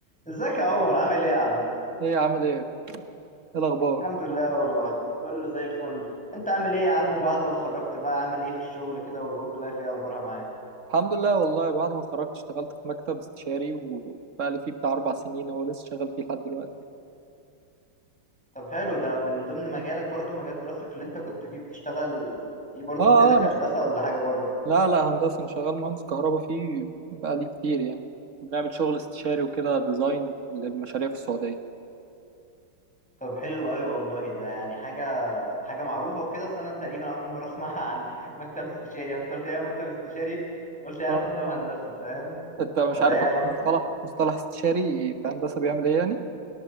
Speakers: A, in the centre; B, on the right (about 45°).
A: ازيك يا عمر عامل ايه يا عم
B: ايه عامل ايه؟ ايه الاخبار؟
A: الحمد لله والله كله زي الفل انت عامل ايه يا عم وبعد ما اتخرجت بقى عامل ايه في الشغل كده والورك لايف ايه اخبارها معاك
B: الحمد لله والله بعد ما اتخرجت اشتغلت في مكتب استشاري وبقالي فيه بتاع اربع سنين اهو لسه شغال فيه لحد دلوقتي
A: طب حلو ده من ضمن مجالك برضو مجال دراستك اللي انت كنت فيه بتشتغل فيه برضو
B: اه
A: كده كهندسة
B: اه مش...
A: ولا حاجة بره
B: لا لا هندسة انا شغال مهندس كهرباء فيه بقالي كتير يعني بنعمل شغل استشاري وكده ديزاين للمشاريع في السعودية
A: طب حلو قوي والله ده يعني حاجة حاجة معروفة وكده بس انا تقريبا اول مرة اسمعها <laughs> عن مكتب استشاري يعني انت قلت ايه مكتب استشاري قلت ايه علاقة
B: اه
A: ده بهندسة فاهم ف...
B: انت مش
A: فده
B: عارف
A: ايه
B: اصلا
A: علاقته
B: مصطلح مصطلح استشاري في هندسة بيعمل ايه يعني؟